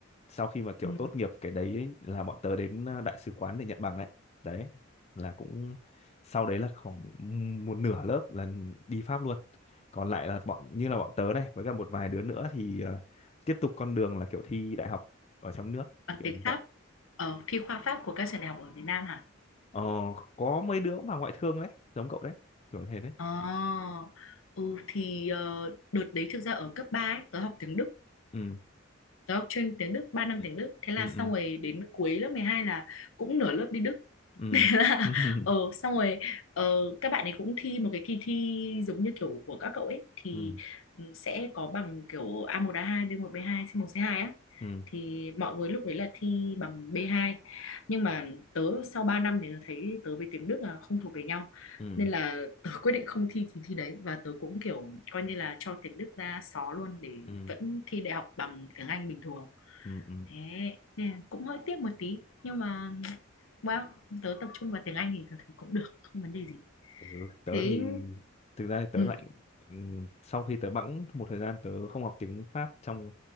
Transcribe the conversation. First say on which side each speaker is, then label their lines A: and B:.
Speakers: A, on the left; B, on the left.
A: sau khi mà kiểu
B: Ừ.
A: tốt nghiệp cái đấy ấy, là bọn tớ đến ờ, đại sứ quán để nhận bằng đấy đấy là cũng sau đấy là khoảng một nửa lớp là đi Pháp luôn còn lại là bọn như là bọn tớ này với cả một vài đứa nữa thì ờ, tiếp tục con đường là kiểu thi đại học ở trong nước
B: bằng
A: kiểu
B: tiếng
A: như
B: Pháp
A: vậy
B: ở thi khoa Pháp của các trường đại học ở Việt Nam hả
A: ờ, có mấy đứa mà ngoại thương đấy giống cậu đấy kiểu thế đấy
B: Ồ. ừ thì ờ, đợt đấy thực ra ở cấp 3 ấy, tớ học tiếng Đức
A: ừ
B: tớ học chuyên tiếng Đức ba năm
A: ừ
B: tiếng Đức thế là
A: ừ
B: xong rồi đến cuối lớp 12 là cũng nửa lớp đi Đức <laughs>
A: ừ
B: thế là
A: ừ <laughs>
B: ờ xong rồi ờ, các bạn ấy cũng thi một cái kỳ thi giống như kiểu của các cậu ấy thì
A: ừ
B: ừ, sẽ có bằng kiểu a một a hai, b một b hai, c một c hai á
A: ừ
B: thì mọi người lúc đấy là thi bằng B2 nhưng mà tớ sau 3 năm thì tớ thấy tớ với tiếng Đức là không thuộc về nhau
A: ừ
B: nên là tớ quyết định không thi thì thi đấy và tớ cũng kiểu coi như là cho tiếng Đức ra xó luôn để
A: ừ
B: vẫn thi đại học bằng tiếng Anh bình thường
A: ừ ừ
B: thế nên là cũng hơi tiếc một tí nhưng mà well tớ tập trung vào tiếng Anh thì tớ thấy cũng được không vấn đề gì
A: Ừ, tớ
B: thế
A: thì thực ra thì tớ
B: Ừ.
A: lại ừm, sau khi tớ bẵng một thời gian tớ không học tiếng Pháp trong